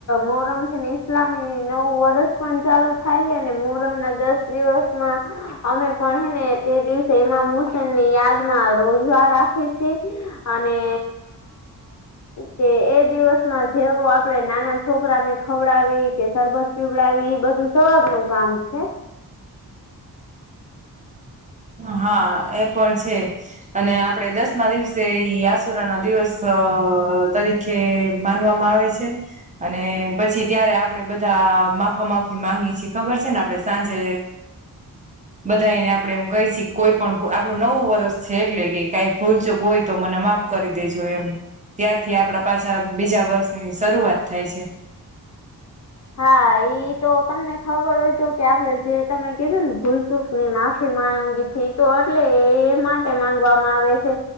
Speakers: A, on the left; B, on the right.
A: મોહરમ થી. સ્લામી નવું વર્ષ પણ ચાલુ થાય છે ને મોરમ ના દસ દિવસમાં. અમે પણ હે ને તે દિવસે એમાં હસેન ની યાદમાં રોજ. ઉ રાખી છે અને કે એ. દિવસમાં જેવું આપણે આપડે નાના છોકરાને ખવડાવી કે સરબત પીવડાવી એ બધું <unintelligible> નું કામ છે.
B: હા એ પણ છે. અને આપડે દસમા દિવસે આસુરા ના દિવસ તરીકે. કે માનવામાં આવે છે. અને પછી ત્યારે આપડે બધા માફા માફી માંગી છીએ ખબર છે ને આપડે. સાંજે બધાાઈને આપડે એમ. કઈ છે કોઈ પણ આપણું નવું વર્ષ છે એટલે કે કઈ ભૂલજો કોઈ તો મને માફ કરી દેજો એમ. ત્યારથી આપડા પાછા બીજા વર્ષની શરૂઆત થાય છે.
A: હા એ તો તમને ખબર હોય તો કે આપડે જે તમે કધય ને ભૂલ. ચૂકની માફી માંગી છેી તો એટલે એ માટે માંગવામાં આવે છે.